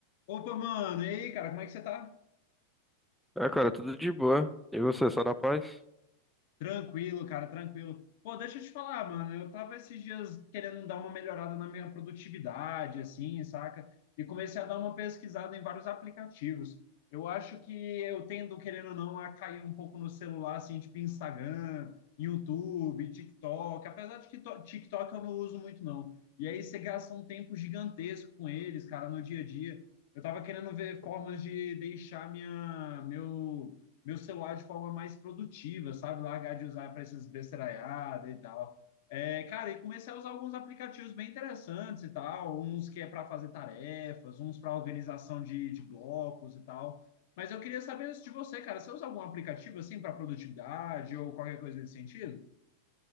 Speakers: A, on the left; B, in the centre.
A: Opa, mano, e aí, cara, como é que você tá?
B: Ah, cara, tudo de boa. E você, só na paz?
A: Tranquilo, cara, tranquilo. Pô, deixa eu te falar, mano, eu tava esses dias querendo dar uma melhorada na minha produtividade, assim, saca? E comecei a dar uma pesquisada em vários aplicativos. Eu acho que eu tendo, querendo ou não, a cair um pouco no celular, assim, tipo Instagram, YouTube, TikTok, apesar de que to- TikTok eu não uso muito, não. E aí você gasta um tempo gigantesco com eles, cara, no dia a dia. Eu tava querendo ver formas de deixar minha, meu meu celular de forma mais produtiva, sabe? Largar de usar para essas besteiraiadas e tal. É, cara, e comecei a usar alguns aplicativos bem interessantes e tal, uns que é para fazer tarefas, uns para organização de, de blocos e tal. Mas eu queria saber isso de você, cara. Você usa algum aplicativo assim para produtividade ou qualquer coisa nesse sentido?